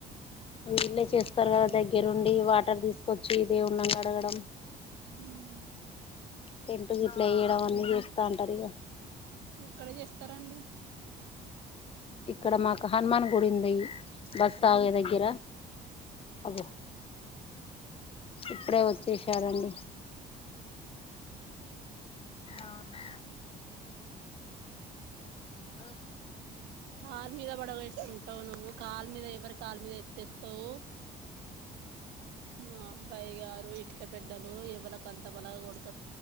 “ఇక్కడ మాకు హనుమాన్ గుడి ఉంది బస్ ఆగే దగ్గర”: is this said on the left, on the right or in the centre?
Left